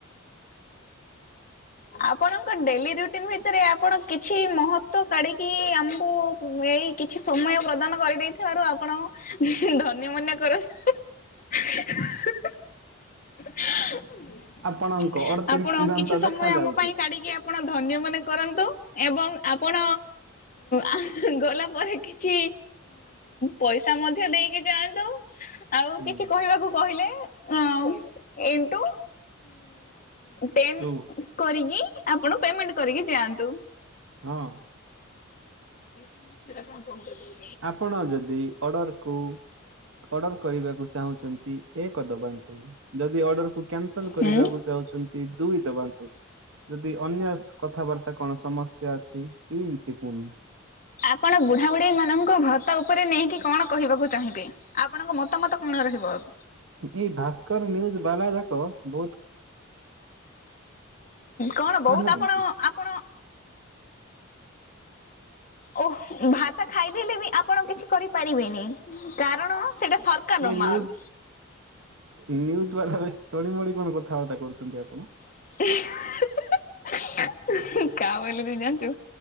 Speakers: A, on the left; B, on the right.
A: ଆପଣଙ୍କ ଡେଲି ରୁଟିନ ଭିତରେ ଆପଣ କିଛି ମହତ୍ଵ କାଢି କି। କି ଆମକୁ ଏଇ କିଛି ସମୟ ପ୍ରଦାନ କରିବେ କି? ଦେଇଥିବାରୁ ଆପଣଙ୍କୁ ଧନ୍ୟ ମନେ କରନ୍ତୁ। <unintelligible>
B: ଆପଣଙ୍କ ଅଡତିରିଶ
A: ଆପଣ
B: ଦୂରାନ୍ତ
A: କିଛି ସମୟ
B: ଦେଖା
A: ଆମ
B: ଯାଉଛି।
A: ପାଇଁ କାଢିକି ଆପଣ ଧନ୍ୟ ମନେ କରନ୍ତୁ ଏବଂ ଆପଣ? ଆହ ଗୋଲାପ। ପରେ କିଛି ପଇସା ମଧ୍ୟ ଦେଇକି ଯାଆନ୍ତୁ। ଆଉ
B: ହୁଁ
A: କିଛି କହିବାକୁ କହିଲେ? ଅ ଇନ ଟୁ ଦେନ୍‌।
B: ଟୁ
A: କରିକି ଆପଣ ପେମେଣ୍ଟ କରିକି ଯାଆନ୍ତୁ।
B: ହଁ
A: ସୋ ଫ କଣ କରି <inaudible>
B: ଆପଣ ଯଦି ଅର୍ଡ଼ରକୁ ଅର୍ଡର କରିବାକୁ ଚାହୁଁଛନ୍ତି ଏକ ଦବାନ୍ତୁ, ଯଦି ଅର୍ଡର କୁ କ୍ୟନ୍ସଲ ସଲ କରିବାକୁ
A: ହୁଁ
B: ଚାହୁଛନ୍ତି ଦୁଇ ଦବାନ୍ତୁ, ଯଦି ଅନ୍ୟ କଥାବାର୍ତ୍ତା କଣ ସମ ସେ ଅଛି ତିନି ଟିପୁନ।
A: ଆପଣ ବୁଢ଼ାବୁଢ଼ୀ ମାନଙ୍କ ଭର୍ତ୍ତା ଉପରେ ନେଇକି କଣ କହିବାକୁ ଚାହିଁବେ? ଆପଣଙ୍କ ମତାମତ କଣ ରହିବ ଆଉ?
B: ଏଇ ଭାସ୍କର ନ୍ୟୁଜ ବାଲା ଯାକ ବହୁତ
A: କଣ ବହୁତ
B: ମାନେ ବୁନ୍ତି
A: ଆପଣ ଆପଣ ଓହଃ ଭାତ ଖାଇଦେଲେ ବି ଆପଣ କିଛି କରିପାରିବେନି। କାରଣ ସେଇଟା ସରକାରର
B: ଏ
A: ମାଲ।
B: ନ୍ୟୁଜ ନ୍ୟୁଜ ବାଲା ଚଢିମଡି କଣ କଥାବାର୍ତ୍ତା କରୁଛନ୍ତି ଆପଣ?
A: <unintelligible> କା ବୋଇଲେ ଦିଦ ଜାନ୍‌ଛୁ।